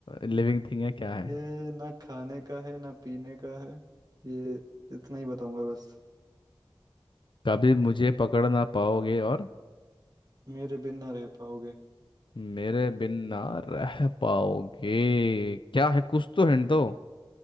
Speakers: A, on the left (about 60°); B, on the right (about 45°).
A: लिविंग थिंग है क्या है
B: ये ना खाने का है ना पीने का है ये इतना ही बताऊंगा बस
A: कभी मुझे पकड़ ना पाओगे और
B: मेरे बिन ना रह पाओगे
A: मेरे बिन ना रह पाओगे क्या है कुछ तो हिंट दो